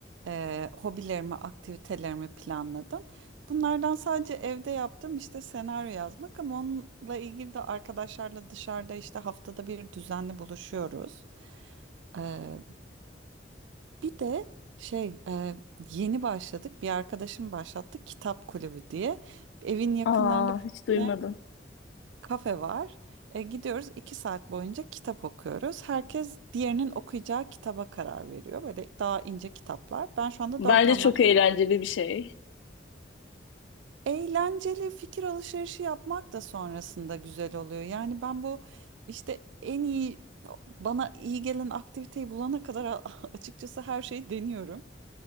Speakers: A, on the right; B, on the left.
A: e, hobilerimi, aktivitelerimi planladım. Bunlardan sadece evde yaptığım işte senaryo yazmak ama onunla ilgili de arkadaşlarla dışarıda işte haftada bir düzenli buluşuyoruz. Ee, bir de şey e, yeni başladık bir arkadaşım başlattı kitap kulübü diye evin yakınlarında
B: Aa
A: bir
B: hiç duymadım.
A: tane kafe var. E, gidiyoruz iki saat boyunca kitap okuyoruz. Herkes diğerinin okuyacağı kitaba karar veriyor. Böyle daha ince kitaplar. Ben şu anda
B: Bence
A: dört anlar.
B: çok eğlenceli bir şey.
A: Eğlenceli fikir alışverişi yapmak da sonrasında güzel oluyor. Yani ben bu işte en iyi bana iyi gelen aktiviteyi bulana kadar <laughs> açıkçası her şeyi deniyorum.